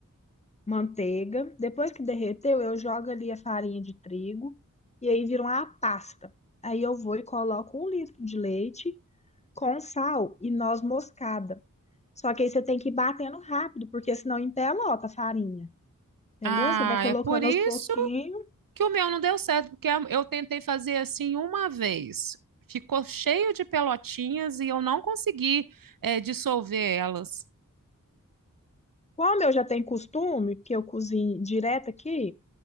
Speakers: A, on the left; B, on the right.
A: manteiga. Depois que derreteu, eu jogo ali a farinha de trigo. E aí vira uma pasta. Aí eu vou e coloco um litro de leite com sal e noz moscada. Só que aí você tem que ir batendo rápido, porque senão empelota a farinha, entendeu?
B: Ah,
A: Você vai colocando
B: é por isso
A: aos pouquinhos.
B: que o meu não deu certo, porque a- eu tentei fazer assim uma vez. Ficou cheio de pelotinhas e eu não consegui, eh, dissolver elas.
A: Como eu já tenho costume, que eu cozinho direto aqui,